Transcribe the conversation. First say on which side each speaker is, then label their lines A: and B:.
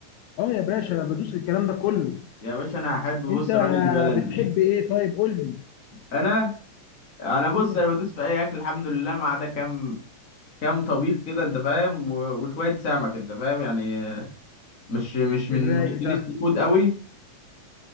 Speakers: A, on the left; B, on the left.
A: اه يا باشا انا بدوس في الكلام ده كله
B: يا باشا أنا هحب بص
A: انت
B: الراجل البلدي
A: بتحب
B: <laughs>
A: ايه طيب قول لي
B: أنا أنا بص
A: امم
B: أنا بدوس في أي أكل الحمد لله ما عدا كام كام طبيخ كده أنت فاهم و- وشوية سمك أنت فاهم يعني مش مش من
A: الرايق
B: محبين
A: ده
B: السي فود قوي